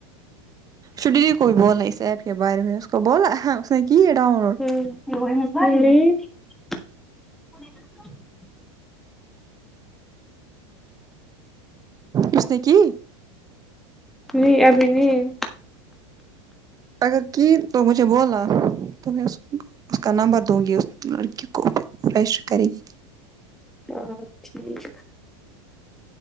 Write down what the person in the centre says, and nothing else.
ہیلو ممی
نہیں ابھی نہیں
ہاں تھیک